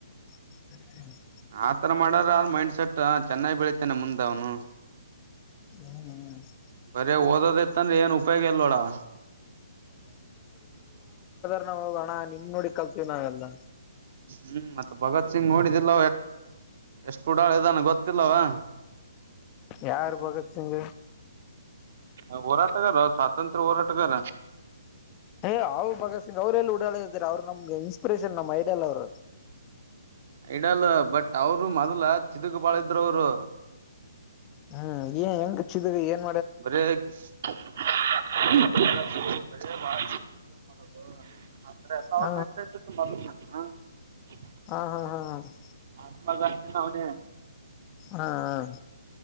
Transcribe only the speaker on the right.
ಆತರ ಮಾಡದಾದ್ರ ಮೈಂಡ್ ಸೆಟ್ ಚೆನ್ನಾಗಿ ಬೆಳಿತಾನ ಮುಂದ ಅವ್ನು.
ಬರೆ ಓದೋದಿತ್ತ ಅಂದ್ರ ಏನ್ ಉಪಯೋಗ ಇಲ್ಲ ನೋಡ್ ಅವಾ.
ಹ್ಮ್ ಮತ್ತ ಭಗತ್ ಸಿಂಗ್ ನೋಡಿದಿಲ್ಲ ಎಷ್ಟು ಉಡಾಳ ಇದಾನ ಗೊತ್ತ ಇಲ್ಲವಾ
ಹ್ಮ.
ಏ ಹೋರಾಟಗಾರೊ ಸ್ವಾತಂತ್ರ್ಯ ಹೋರಾಟಗಾರ.
ಐಡಲ್ ಬಟ್ ಅವರು ಮೊದ್ಲ ಚಿದಕ ಬಾಳ ಇದ್ರ ಅವ್ರು.
ಬರೆ <inaudible> ಅ ಎಲ್ಲ ಅವ್ರ
<inaudible>
<unintelligible> ಅವ್ನೇ.